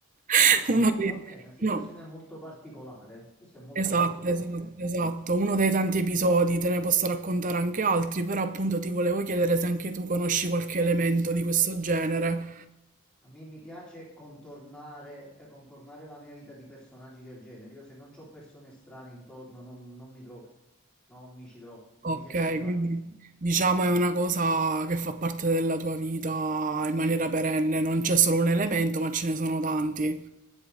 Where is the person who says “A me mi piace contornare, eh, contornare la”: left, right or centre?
Centre